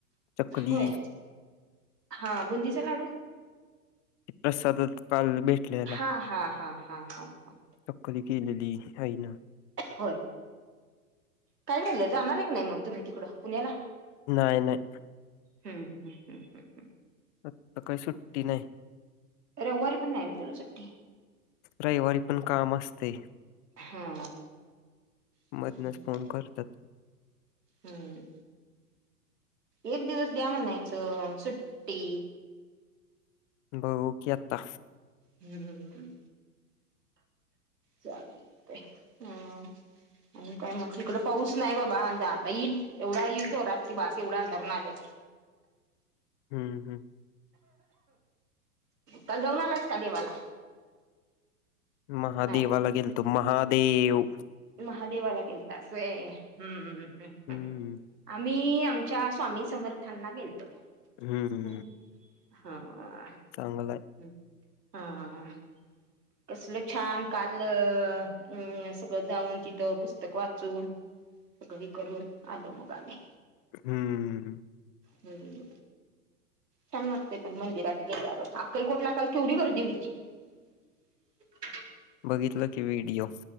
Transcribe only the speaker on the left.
चकली
प्रसादात काल भेटलेला
चकली केलेली आईनं
नाही नाही
आता काय सुट्टी नाही
रविवारी पण काम असतय
मदनच फोन करत्यात
बघू की आता
हम्म हम्
महादेवाला
गेलतो. महादेव
हम्म.
हम्म.
चांगलं हाय.
हम्म.
बघितलं की व्हिडिओ.